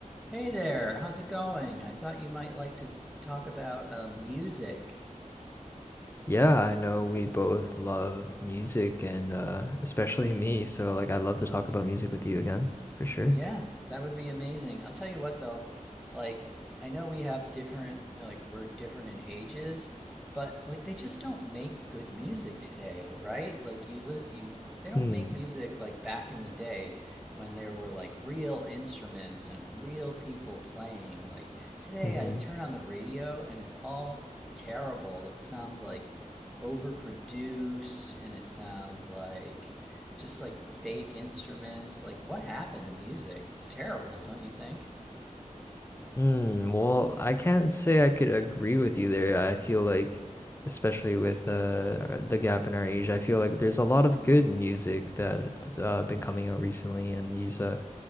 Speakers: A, in the centre; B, on the left.
A: Hey there, how's it going? I thought you might like to talk about uh, music.
B: Yeah, I know we both love music and uh especially me, so like I'd love to talk about music with you again, for sure.
A: Yeah, that would be amazing. I'll tell you what though, like I know we have different like we're different in ages, but like they just don't make good music today, right? Like you li you they don't
B: Hmm.
A: make music like back in the day when there were like real instruments and real people playing. Like today
B: Mm-hmm.
A: I turn on the radio and it's all terrible. It sounds like overproduced and it sounds like just like fake instruments. Like, what happened to music? It's terrible, don't you think?
B: Mm, well, I can't say I could agree with you there. I feel like especially with uh the gap in our age, I feel like there's a lot of good music that it's uh been coming out recently and these uh